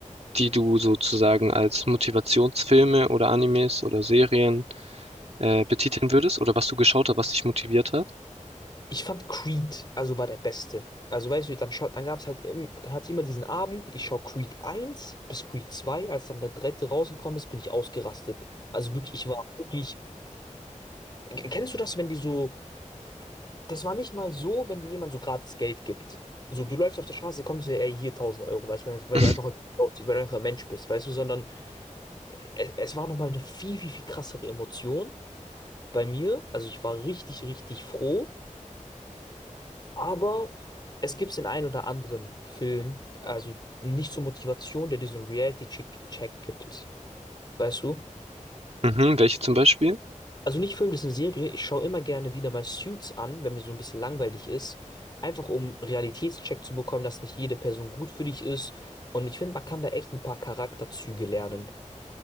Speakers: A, on the right; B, on the left.
A: die du sozusagen als Motivationsfilme oder Animes oder Serien äh, betiteln würdest oder was du geschaut hast, was dich motiviert hat?
B: Ich fand Creed, also war der Beste. Also weißt du, dann, schau- dann gab es halt eben, dann hatte ich immer diesen Abend, ich schaue Creed eins bis Creed zwei, als dann der dritte rausgekommen ist, bin ich ausgerastet. Also wirklich, ich war wirklich, K- kennst du das, wenn die so, das war nicht mal so, wenn dir jemand so gratis Geld gibt. So, du läufst auf der Straße, kommst du ey, hier tausend Euro, weißt du, weil, weil
A: <laughs>
B: du einfach heute gut aussiehst, weil du einfach ein Mensch bist, weißt du, sondern es, es war nochmal eine viel, viel, viel krassere Emotion bei mir. Also ich war richtig, richtig froh Aber es gibt den einen oder anderen Film, also nicht zur Motivation, der dir so einen Reality-Check gibt. Weißt du?
A: Mhm, welche zum Beispiel?
B: Also nicht Film, das ist eine Serie. Ich schaue immer gerne wieder mal Suits an, wenn mir so ein bisschen langweilig ist. Einfach um Realitätscheck zu bekommen, dass nicht jede Person gut für dich ist. Und ich finde, man kann da echt ein paar Charakterzüge lernen.